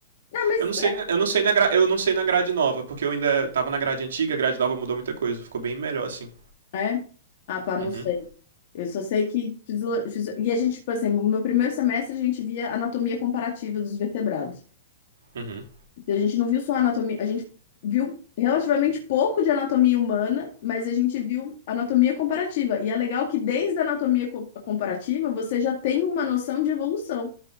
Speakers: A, on the left; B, on the right.
A: Ah, mas
B: Eu não sei, eu não sei na gra- eu não sei na grade nova, porque eu ainda tava na grade antiga, a grade nova mudou muita coisa, ficou bem melhor assim.
A: É? Ah, pá, não
B: Uhum.
A: sei. Eu só sei que. fisio- fisio- E a gente, por exemplo, no meu primeiro semestre a gente via anatomia comparativa dos vertebrados.
B: Uhum.
A: Então, a gente não viu só anatomia, a gente viu relativamente pouco de anatomia humana, mas a gente viu anatomia comparativa. E é legal que desde a anatomia co- comparativa você já tem uma noção de evolução.